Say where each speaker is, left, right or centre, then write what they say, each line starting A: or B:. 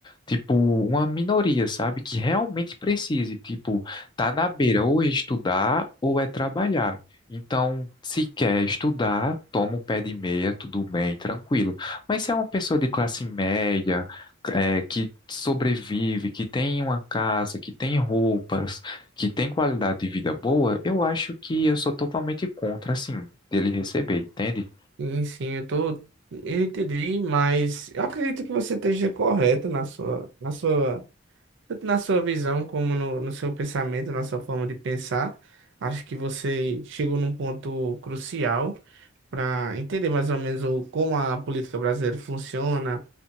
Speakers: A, on the left; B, on the right.
A: Tipo, uma minoria, sabe, que realmente precise, tipo, tá na beira ou é estudar ou é trabalhar. Então, se quer estudar, toma o pé de meia, tudo bem, tranquilo. Mas se é uma pessoa de classe média, é, que sobrevive, que tem uma casa, que tem roupas, que tem qualidade de vida boa, eu acho que eu sou totalmente contra, assim, dele receber, entende?
B: Sim, sim, eu tô. Eu entendi, mas eu acredito que você esteja correto na sua, na sua, tanto na sua visão como no, no seu pensamento, na sua forma de pensar. Acho que você chegou num ponto crucial para entender mais ou menos o, como a política brasileira funciona,